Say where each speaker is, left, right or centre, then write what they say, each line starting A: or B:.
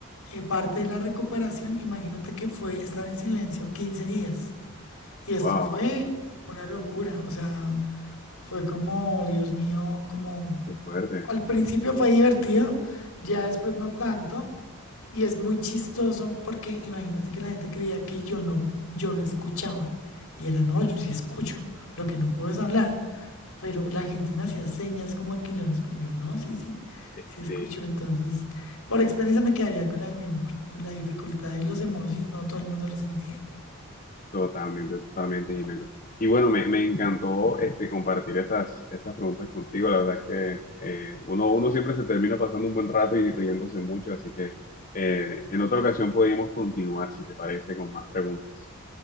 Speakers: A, on the left; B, on the left.
A: Eh, parte de la recuperación, imagínate que fue estar en silencio 15 días. Y esto
B: Wow,
A: fue una locura, o sea, fue como, Dios mío, como...
B: qué fuerte.
A: Al principio fue divertido, ya después no tanto, y es muy chistoso porque imagínate que la gente creía que yo no, yo no escuchaba. Y era, no, yo sí escucho, lo que no puedo es hablar. Pero la gente me hacía señas como de que yo no escucho. Yo, no, sí, sí,
B: Este,
A: sí escucho. Entonces, por experiencia me quedaría con la del mismo, porque por la dificultad de los emojis no todo el mundo los entiende.
B: totalmente, totalmente, Jimena. Y bueno, me, me encantó este, compartir estas, estas preguntas contigo. La verdad es que eh, uno, uno siempre se termina pasando un buen rato y riéndose mucho, así que eh, en otra ocasión podríamos continuar, si te parece, con más preguntas.